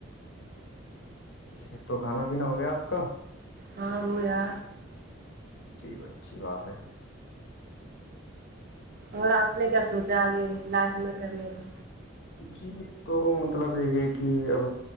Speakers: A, on the left; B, on the right.
A: جی تو کھانا پینا ہو گیا آپ کا
B: ہاں ہویا
A: جی اچھی بات ہے
B: اور آپ نے کیا سوچا آگے لائف میں کرنے کا
A: جی تو مطلب یہی ہے کہ اب